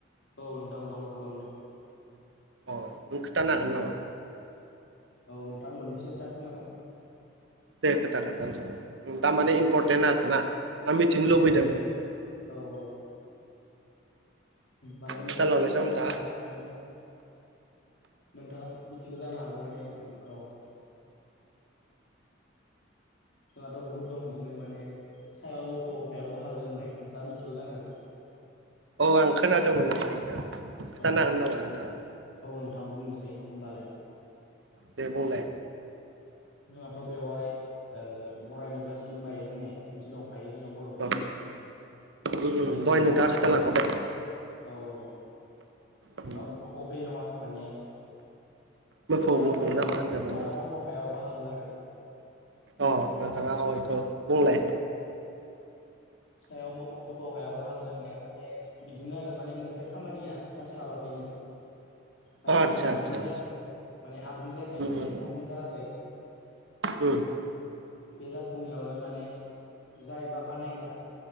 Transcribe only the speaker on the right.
अ नों खिथानो हागोन नामा?
दे खोथा खोथानोस' दा माने
इम्परटेन्ट आरोना आं मिथिनो
लुबैदों।
खिथालांनायसै
नोंथाङा
औ आं खोनादोंमोन नोंथां इखौ खोनथानो
हागोन नामा नोंथाङा?
दे बुंलाय।
अ
उम दहाय
नोंथाङा खोथालांखाबाय
उम
मोफौ
मोफौ
ना मा
होनदोंमोन
नों
अ नोंथाङा आ बेखौ'
बुंलाय।
अ आतसा
आतसा
आतसा
उम
उम
उम।